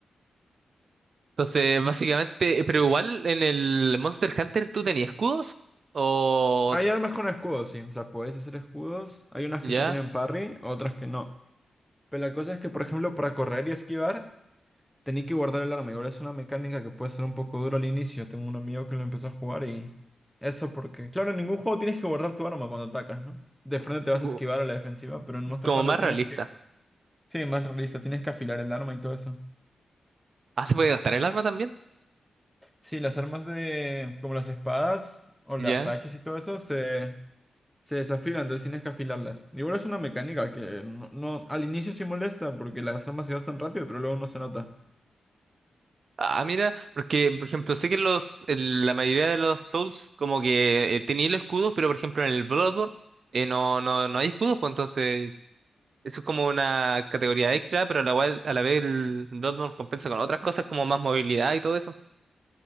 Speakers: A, on the right; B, in the centre.
A: Entonces, básicamente, pero igual en el Monster Hunter tú tenías escudos o
B: Hay armas con escudos, sí. O sea, puedes hacer escudos. Hay unas
A: ya,
B: que sí tienen parry, otras que no. Pero la cosa es que, por ejemplo, para correr y esquivar, tenía que guardar el arma. Igual es una mecánica que puede ser un poco dura al inicio. Tengo un amigo que lo empezó a jugar y... Eso porque, claro, en ningún juego tienes que guardar tu arma cuando atacas, ¿no? De frente te vas
A: u-
B: a esquivar a la defensiva, pero en Monster
A: como
B: Hunter
A: más
B: tienes
A: realista.
B: que... Sí, más realista, tienes que afilar el arma y todo eso.
A: Ah, se puede gastar el arma también,
B: Sí, las armas de... como las espadas o
A: ya.
B: las hachas y todo eso se... Se desafilan, entonces tienes que afilarlas. Igual es una mecánica que no, no- al inicio sí molesta porque las armas se gastan rápido, pero luego no se nota.
A: Ah, mira, porque por ejemplo, sé que los, en la mayoría de los Souls como que eh, tenían los escudos, pero por ejemplo en el Bloodborne eh, no, no, no hay escudos, pues entonces Eso es como una categoría extra, pero a la, cual- a la vez el Bloodborne compensa con otras cosas como más movilidad y todo eso.